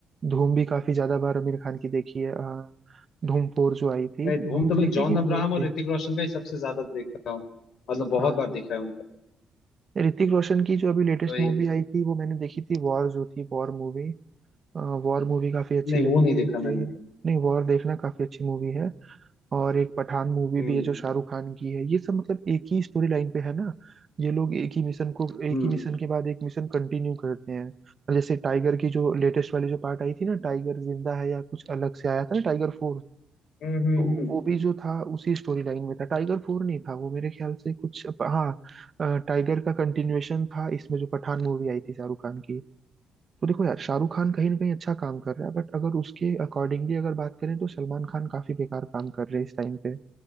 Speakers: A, on the right; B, on the left.
A: धूम भी काफी ज्यादा बार आमिर खान की देखी है अ, धूम फोर जो आई थी
B: मैं धूम
A: धूम
B: तो मैं
A: थ्री
B: जॉन
A: थी कि
B: अब्राहम
A: फोर थी
B: और ऋतिक रोशन का ही सबसे ज्यादा देखता हूँ मतलब बहुत
A: हाँ
B: बार देखा है उनका
A: ऋतिक रोशन की जो अभी लेटेस्ट
B: तो ये
A: मूवी आई थी वो मैंने देखी थी वॉर जो थी वॉर मूवी वॉर मूवी काफी अच्छी
B: नहीं
A: लगी
B: वो नहीं
A: थी
B: देखा
A: मुझे
B: मैंने
A: नहीं वॉर देखना काफी अच्छी मूवी है और एक पठान मूवी
B: हम्म
A: भी है जो शाहरुख खान की है ये सब मतलब एक ही स्टोरी लाइन पे है ना ये लोग एक ही मिशन को एक
B: हम्म
A: ही मिशन के बाद एक मिशन कंटिन्यू करते हैं और जैसे टाइगर की जो लेटेस्ट वाली जो पार्ट आई थी ना टाइगर जिंदा है या कुछ अलग से आया था ना टाइगर फोर
B: हम्म हम्म
A: तो
B: हम्म।
A: वो भी जो था उसी स्टोरी लाइन में था टाइगर फोर नहीं था वो मेरे ख्याल से कुछ हाँ अ, टाइगर का कंटिन्यूएशन था इसमें जो पठान मूवी आई थी शाहरुख खान की तो देखो यार शाहरुख खान कहीं ना कहीं अच्छा काम कर रहा है बट अगर उसके अकॉर्डिंगली अगर बात करें तो सलमान खान काफी बेकार काम कर रहे हैं इस टाइम पे